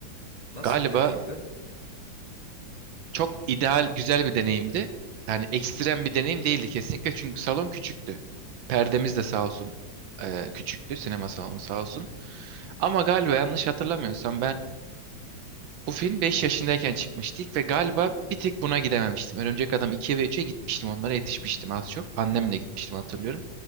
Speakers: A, on the left; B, on the right.
A: Nasıl
B: Galiba
A: bir deneyimdi?
B: çok ideal, güzel bir deneyimdi. Yani ekstrem bir deneyim değildi kesinlikle çünkü salon küçüktü. Perdemiz de sağ olsun e, küçüktü. Sinema salonu sağ olsun. Ama galiba yanlış hatırlamıyorsam ben bu film 5 yaşındayken çıkmıştık ve galiba bir tek buna gidememiştim. Örümcek Adam ikiye ve üçe gitmiştim. Onlara yetişmiştim az çok. Annemle gitmiştim hatırlıyorum.